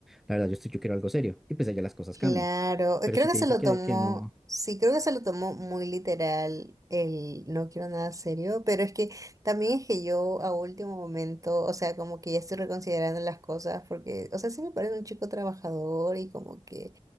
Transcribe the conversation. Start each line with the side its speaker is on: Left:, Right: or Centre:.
Centre: la verdad yo estoy, yo quiero algo serio y pues allá las cosas
Right: Claro,
Centre: cambian.
Right: eh,
Centre: Pero
Right: creo
Centre: si
Right: que
Centre: te
Right: se
Centre: dice
Right: lo
Centre: que,
Right: tomó,
Centre: que no,
Right: sí, creo que se lo tomó muy literal el no quiero nada serio, pero es que también es que yo a último momento, o sea, como que ya estoy reconsiderando las cosas porque, o sea, sí me parece un chico trabajador y como que,